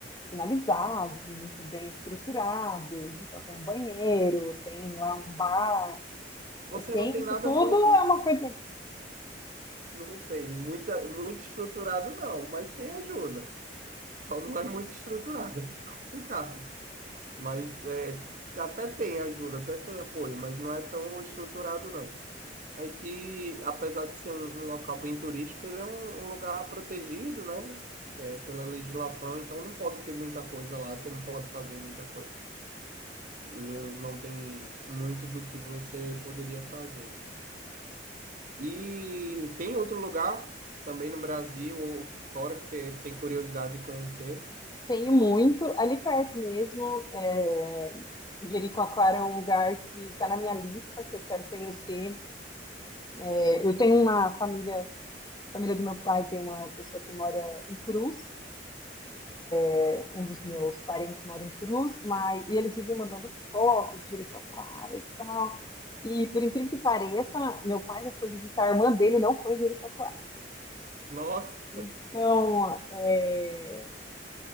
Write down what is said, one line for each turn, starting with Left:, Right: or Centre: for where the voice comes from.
Left: finalizados, muito bem estruturados. Então tem um banheiro, tem lá um bar,
Right: Você
Left: eh, tem
Right: não tem
Left: isso
Right: nada
Left: tudo,
Right: muito,
Left: é uma coisa que
Right: não tem, muita, muito estruturado, não, mas tem ajuda. Só não é muito estruturada, <laughs> é bem complicado. Mas é, até tem ajuda, até tem apoio, mas não é tão estruturado, não. É que, apesar de ser um, um local bem turístico, ele é um, um lugar protegido, né? É, pela legislação, então não pode ter muita coisa lá, você não pode fazer muita coisa. Não, não tem muito do que você poderia fazer. E tem outro lugar também no Brasil ou fora que você tem curiosidade de conhecer?
Left: tem muito ali perto mesmo. É... Jericoacoara é um lugar que está na minha lista, que eu quero conhecer. Eh, Eu tenho uma família A família do meu pai tem uma pessoa que mora em Cruz, é, um dos meus parentes mora em Cruz, mas e eles vivem mandando fotos de Jericoacoara e tal. E por incrível que pareça, meu pai já foi visitar a irmã dele, não foi em Jericoacoara.
Right: Nossa!
Left: Então, é,